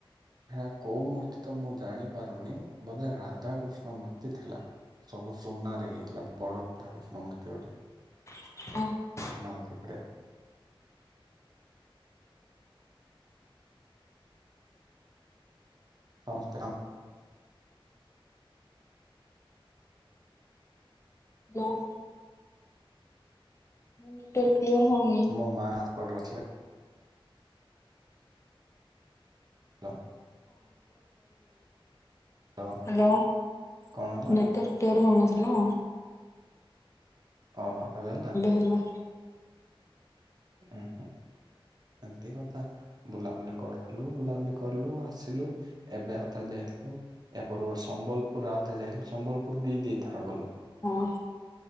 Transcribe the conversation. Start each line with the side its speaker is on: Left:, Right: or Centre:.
Right: ହେଟା କୋଉ ମୂର୍ତ୍ତି ତ ମୁଁ ଜାଣି ପାରୁନି ବୋଧେ ରାଧାକୃଷ୍ଣ ମୂର୍ତ୍ତି ଥିଲା। ସବୁ ସୁନାରେ ହେଇଥିଲା ବଡ ରାଧା କୃଷ୍ଣ ମୂର୍ତ୍ତି ଗୋଟେ।
Left: ଓହୋ।
Right: ନବଦ୍ବୀପରେ। ସମସ୍ତେ
Left: ହ୍ୟାଲୋ। Network clear ହଉନହିଁ।
Right: ମୋ ମା <inaudible> ଥିଲେ। <inaudible> ତ
Left: ହାଲୋ <inaudible>
Right: କଣ ହେଲା
Left: <inaudible> ତର ହଉନଥିଲା
Right: ଓହୋ। ଏବେ ହେଲା?
Left: ହେଲା।
Right: ଉଁମ୍ ହୁଁ ଏମିତି କଥା। ବୁଲାବୁଲି କରୁଥିଲୁ ବୁଲାବୁଲି କରିଲୁ ଆସିଲୁ। ଏବେ ଆଉଥରେ ଯାଇଥିଲୁ। ଏପର <inaudible> ସମ୍ବଲପୁର ଆଉତେ ଯାଇଥିଲୁ ସମ୍ବଲପୁର ଦି ଦି ଥର ଗଲୁ।
Left: ହଁ।